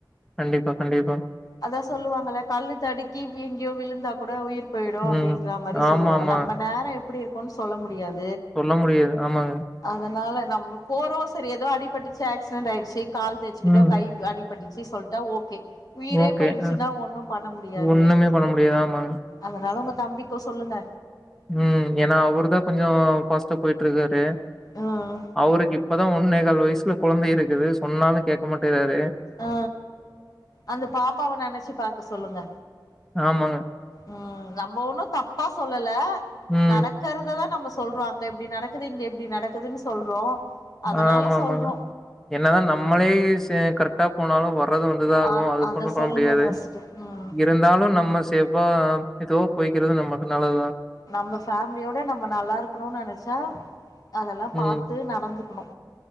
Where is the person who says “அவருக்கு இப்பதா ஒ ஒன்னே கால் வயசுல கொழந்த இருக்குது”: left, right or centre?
Centre